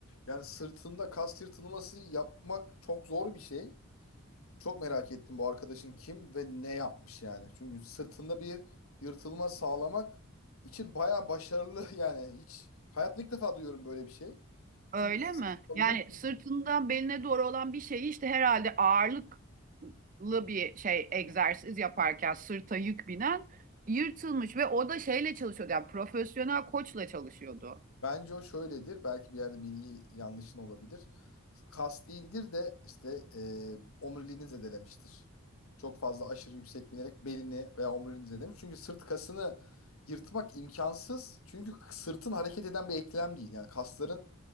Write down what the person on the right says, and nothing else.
Öyle
mi?
Yani
sırtından beline doğru olan bir şeyi işte herhalde ağırlıklı bir şey egzersiz yaparken sırta yük binen yırtılmış ve o da şeyle çalışıyordu yani profesyonel koçla çalışıyordu.